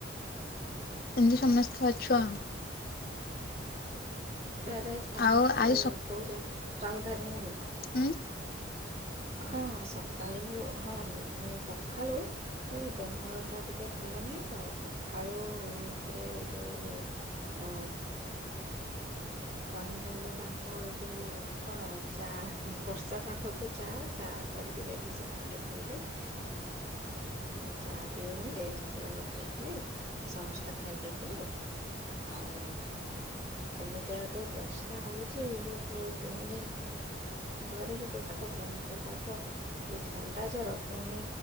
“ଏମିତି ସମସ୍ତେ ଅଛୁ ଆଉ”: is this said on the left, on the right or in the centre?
Left